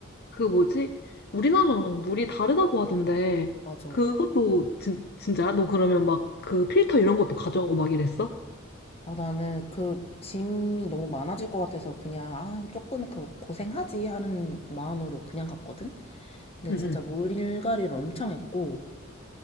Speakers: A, on the left; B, on the left.
A: 그 뭐지? 우리나라랑 물이 다르다고 하던데,
B: 맞아.
A: 그것도 진, 진짜야? 너 그러면 막 그 필터 이런 것도 가져가고 막 이랬어?
B: 어, 나는 그 짐이 너무 많아질 것 같아서 그냥 아, 조금 그 고생하지 하는 마음으로 그냥 갔거든. 근데
A: 응,
B: 진짜
A: 응,
B: 물갈이를 엄청 했고